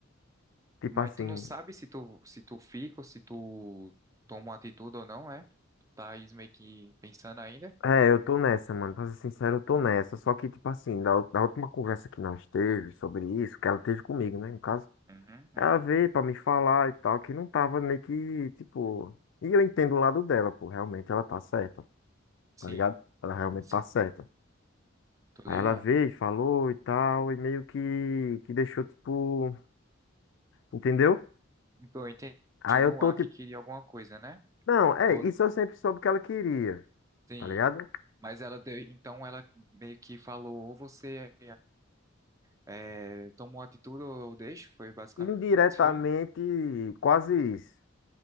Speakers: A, on the left; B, on the right.
A: Tipo
B: mas
A: assim.
B: tu não sabe se tu, se tu fica ou se tu toma uma atitude ou não, é? Tu tá aí meio que pensando ainda?
A: É, eu tô nessa, mano. Pra ser sincero, eu tô nessa. Só que, tipo assim, da, da última conversa que nós teve sobre isso, que ela teve comigo, né, no caso.
B: Uhum, uhum.
A: a ver pra me falar e tal, que não tava meio que, tipo. E eu entendo o lado dela, pô, realmente ela tá certa,
B: Sim,
A: tá ligado? Ela realmente
B: sei,
A: tá certa.
B: tô
A: Aí
B: ligado.
A: ela veio, falou e tal, e meio que, que deixou, tipo, entendeu?
B: Então, eu entendi
A: Aí eu
B: no
A: tô
B: ar
A: tipo,
B: que queria alguma coisa, né?
A: não, é,
B: Ou
A: isso eu sempre soube que ela queria,
B: sim.
A: tá ligado?
B: Mas ela deu, então ela meio que falou, ou você é, toma atitude ou eu deixo, foi basicamente
A: Indiretamente,
B: isso, foi?
A: quase isso.